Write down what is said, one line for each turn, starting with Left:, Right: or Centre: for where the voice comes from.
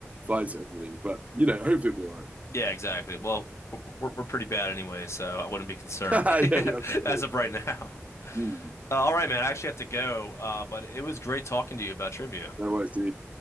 Right: flights and everything. But you know, hopefully it'll be all right.
Left: Yeah, exactly. Well, we're we're pretty bad anyway, so I wouldn't be concerned
Right: <laughs> Yeah, yeah. That's
Left: <laughs> as
Right: it.
Left: of right now.
Right: Mm.
Left: Uh, all right, man. I actually have to go. Uh, but it was great talking to you about trivia.
Right: No worries, dude.